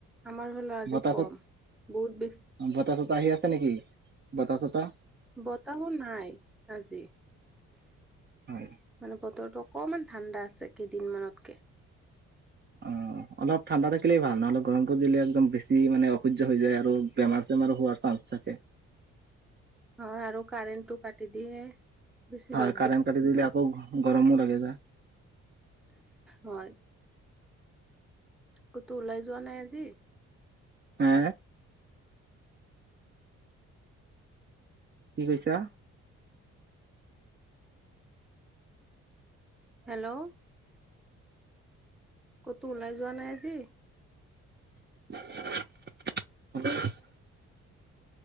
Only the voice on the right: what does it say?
বতাহ
চত
বতাহ আহি আছে নেকি বতাহ চতাহ
হয়
অ অলপ ঠাণ্ডা থাকিলেই ভাল নহ'লে গৰমটো দিলে একদম বেছি মানে অসহ্য হৈ যায় আৰু বেমাৰ চেমাৰো হোৱাৰ চান্স থাকে
হয়
কাৰেণ্ট কাটি দিলে আকৌ গৰমো লাগি যায়
হে কি কৈছা
<unintelligible>